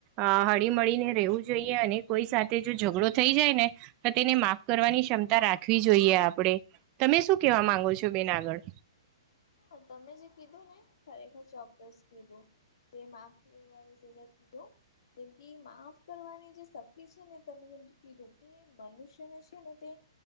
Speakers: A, on the right; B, on the left.
A: અ હળી મળીને રહેવું જોઈએ. અને કોઈ સાથે જો ઝઘડો થઈ જાય ને તો તેને માફ કરવાની ક્ષમતા રાખવી જોઈએ આપણે. તમે શું કેવા માંગો છો બેન આગળ?
B: હા તમે જે કીધું ને ખરેખર ચોક્કસ કીધું. જે માફ <unintelligible> કીધું. જેમકે માફ કરવાની જે શક્તિ છે ને. તમે જેમ કે કીધું કે મનુષ્યને છે ને તે